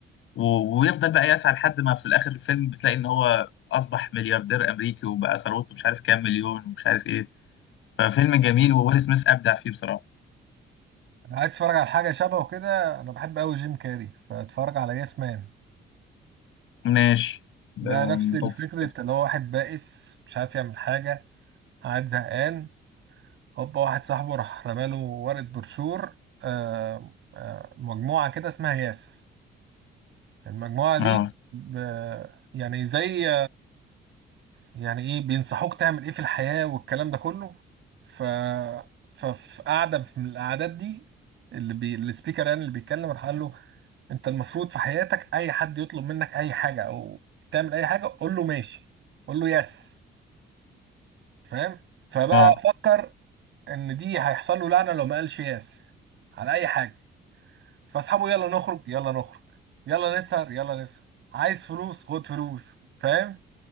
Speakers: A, on the left; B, on the right.
A: و- ويفضل بقى يسعى لحد ما في الآخر الفيلم بتلاقي إن هو أصبح ملياردير أمريكي وبقى ثروته مش عارف كام مليون ومش عارف ايه ففيلم جميل وويل سميث أبدع فيه بصراحة
B: عايز اتفرج على حاجه شبهه كده انا بحب قوي جيم كاري فاتفرج على ياس مان
A: ماشي ده
B: ده نفس
A: محطوط
B: الفكره
A: في الليستة.
B: اللي هو واحد بائس مش عارف يعمل حاجه قاعد زهقان هوبا واحد صاحبه راح رماله ورقة بروشور آه، آه، مجموعة كده اسمها ياس المجموعة دي
A: اه
B: ب... يعني زي يعني ايه بينصحوك تعمل ايه في الحياة والكلام ده كله ف ففي قعدة من القعدات دي اللي بي... السبيكر يعني اللي بيتكلم راح قال له انت المفروض في حياتك اي حد يطلب منك اي حاجة او تعمل اي حاجة قول له ماشي قول له يس فاهم فبقى
A: اه
B: فكر ان دي هيحصل له لعنة لو ما قالش يس على اي حاجة فاصحابه يلا نخرج يلا نخرج يلا نسهر يلا نسهر عايز فلوس خد فلوس فاهم